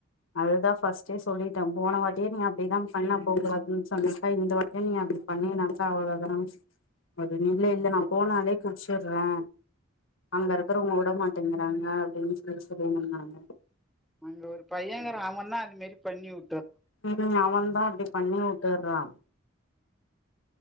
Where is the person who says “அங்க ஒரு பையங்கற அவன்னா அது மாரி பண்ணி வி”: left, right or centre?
Centre